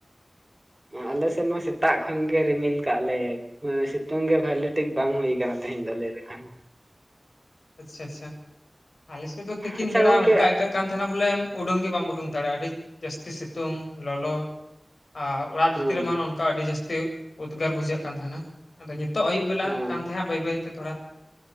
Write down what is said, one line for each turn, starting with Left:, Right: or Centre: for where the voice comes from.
Right: ᱟᱞᱮ ᱥᱮᱫ ᱢᱟ ᱥᱮᱛᱟᱜ ᱠᱷᱚᱱ ᱜᱮ ᱨᱤᱢᱤᱞ ᱠᱟᱜ ᱞᱮ ᱢᱟᱱᱮ ᱥᱤᱛᱩᱝ ᱜᱮ ᱵᱷᱟᱞᱤ ᱴᱷᱤᱠ ᱵᱟᱝ ᱦᱩᱭ ᱟᱠᱟᱱᱟ᱾ ᱛᱮᱦᱮᱧ ᱫᱚ ᱞᱟᱹᱭ ᱞᱮᱠᱷᱟᱱ
Left: ᱟᱪᱷᱟ ᱟᱪᱷᱟ ᱟᱞᱮ ᱥᱮᱫ ᱫᱚ ᱛᱤᱠᱤᱱ
Right: ᱟᱪᱪᱷᱟ
Left: ᱵᱮᱲᱟ
Right: ᱜᱚᱝᱠᱮ
Left: ᱚᱱᱠᱟ ᱟ. ᱭᱠᱟ. ᱜ ᱠᱟᱱ ᱛᱟᱦᱮᱱᱟ ᱵᱚᱞᱮᱢ ᱩᱰᱩᱝ ᱜᱮ ᱵᱟᱢ ᱩᱰᱩᱝ ᱫᱟᱲᱮᱭᱟᱜᱼᱟ ᱟᱹᱰᱤ ᱡᱟᱹᱥᱛᱤ ᱥᱤᱛᱩᱝ ᱞᱚᱞᱚ ᱟᱨ ᱚᱲᱟᱜ ᱵᱷᱤᱛᱤᱨ
Right: ᱦᱩᱸ
Left: ᱨᱮᱢᱟ ᱱᱚᱜ ᱚᱭ ᱚᱱᱠᱟ ᱟᱹᱰᱤ ᱡᱟᱹᱥᱛᱤ ᱩᱫᱽᱜᱟᱹᱨ ᱵᱩᱡᱷᱟᱹᱜ ᱠᱟᱱ ᱛᱟᱦᱮᱱᱟ ᱟᱫᱚ ᱱᱤᱛᱚᱜ ᱟᱹᱭᱩᱵ ᱵᱮᱞᱟ
Right: ᱦᱩᱸ
Left: ᱠᱟᱱ ᱛᱟᱦᱮᱸᱜ ᱵᱟᱹᱭ ᱵᱟᱹᱭ ᱛᱮ ᱛᱷᱚᱲᱟ